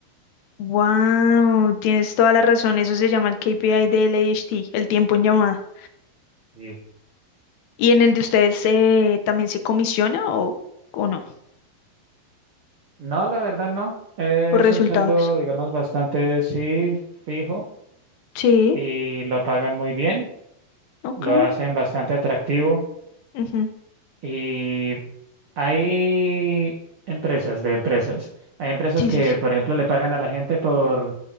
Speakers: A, on the left; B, on the right.
A: Wow, tienes toda la razón. Eso se llama el KPI del ADHD, el tiempo en llamada.
B: Sí.
A: ¿Y en el de ustedes eh, también se comisiona o, o no?
B: No, la verdad no. Eh,
A: Por
B: Es
A: resultados.
B: un sueldo, digamos, bastante, sí, fijo
A: Sí,
B: y lo pagan muy bien,
A: ok.
B: lo hacen bastante atractivo
A: ujú,
B: y hay empresas de empresas. Hay empresas
A: Sí,
B: que,
A: sí, sí.
B: por ejemplo, le pagan a la gente por